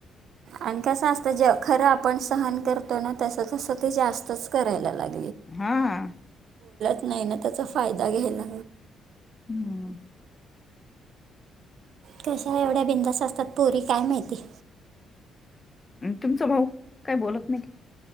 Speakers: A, on the right (about 70°); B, on the left (about 25°).
A: आणि कसं असतं खरं आपण सहन करतो ना त तस ते जास्तच करायला लागे
B: हा हा.
A: नाही ना त्याचा फायदा घ्यायला
B: हम्म.
A: कशा एवढ्या बिदा असतात पोरी काय माहिती
B: तुमचं भाऊ काही बोलत नाही